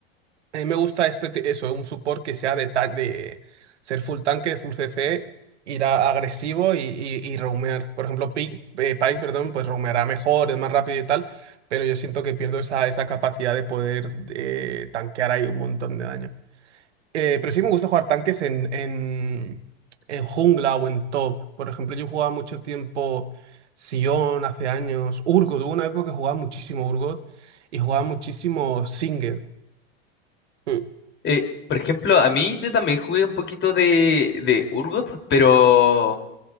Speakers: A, on the right; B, on the left.
A: a mí me gusta este, ti- eso, un support que sea de, ta- de ser full tanque, full CC, ir a- agresivo y, y, y roamear. Por ejemplo, Pike, Pike, perdón, pues roameará mejor, es más rápido y tal. Pero yo siento que pierdo esa, esa capacidad de poder eh, tanquear ahí un montón de daño. Eh, pero sí me gusta jugar tanques en, en, en jungla o en top. Por ejemplo, yo jugaba mucho tiempo Sion hace años, Urgot. Hubo una época que jugaba muchísimo Urgot y jugaba muchísimo Singed. Mm,
B: Eh, por ejemplo, a mí yo también jugué un poquito de, de Urgot, pero